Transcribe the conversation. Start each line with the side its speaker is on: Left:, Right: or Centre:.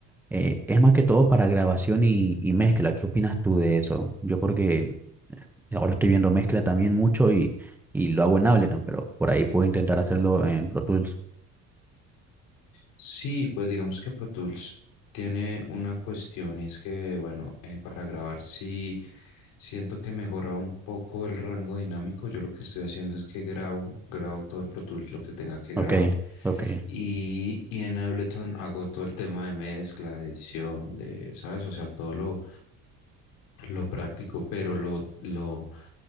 Centre: Eh, es más que todo para grabación y, y mezcla. ¿Qué opinas tú de eso? Yo porque ahora estoy viendo mezcla también mucho y, y lo hago en Ableton, pero por ahí puedo intentar hacerlo en Pro Tools.
Left: Sí, pues digamos que Pro Tools tiene una cuestión y es que, bueno, eh, para grabar sí siento que mejora un poco el rango dinámico. Yo lo que estoy haciendo es que grabo, grabo todo en Pro Tools lo que tenga que grabar
Centre: Ok, ok.
Left: y, y en Ableton hago todo el tema de mezcla, de edición, de, ¿sabes? O sea, todo lo, lo práctico, pero lo, lo,